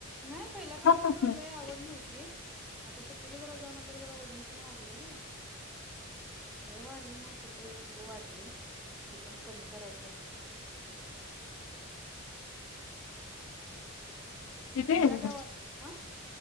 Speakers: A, in the centre; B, on the left.
A: नाही पहिल्यापासनच
B: खात नाहीस.
A: लय आवड नव्हती आता सुट्टीला जरा जाऊन आलंल जरा वजन वाढलय ना लई वाढलं नाही कुठे एक किलो वाढल तरी पण कमी करायचंय
B: किती
A: <unintelligible>
B: आहे गं?
A: आ..